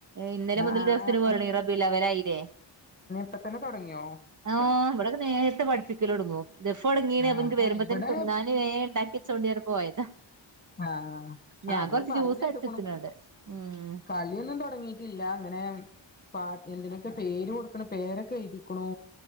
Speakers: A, on the right; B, on the left.
A: ഇന്നലെ മുതൽദഫിൻ
B: ആഹ്
A: പോവാൻ തൊടങ്ങീക്ക്ണ് റബിഉൽ അവ്വൽ അയീലെ അവലായില്ലേ
B: പ്പ തന്നെ തുടങ്ങിയോ
A: ആഹ് ഇവിടെക്കെ നേരത്തെ പഠിപ്പിക്കലോടുങ്ങും ദഫ് തൊടങ്ങീണ്,
B: ആഹ്
A: അപ്പൊ ഇൻക്ക് വരുമ്പോ
B: ആഹ് ഇവിടെ
A: തന്നെ തിന്നാനും വേ ഉണ്ടാക്കി ചോണ്ടിറഞ് പോയതാ
B: ആഹ
A: ഞാൻ
B: അവര്
A: കൊറച്ച്
B: പറയുന്ന
A: ജ്യൂസ് അടിച്ച്
B: കേട്ട്ണക്ക്ണു
A: വെച്ച്ണ് അവടെ ഉം
B: കളിയൊന്നും തുടങ്ങി ല്ല അങ്ങനെ പ എന്തിനൊക്കെ പേര് കൊടുക്കണ പേരൊക്കെ എഴുരിക്കണു